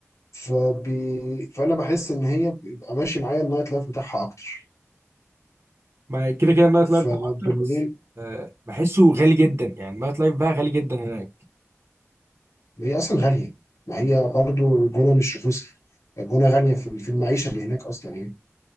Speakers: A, on the left; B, on the right.
A: فبي... فانا بحس ان هي بيبقى ماشي معايا النايت لايف بتاعها اكتر
B: ما كده كده النايت لايف
A: فبالليل
B: بتاعها اكتر بس آه، بحسه غالي جدا يعني النايت لايف بقى غالي جدا هناك
A: هي اصلا غاليه ما هي برضو الجونه مش رخيصه الجونه غاليه في في المعيشه اللي هناك اصلا يعني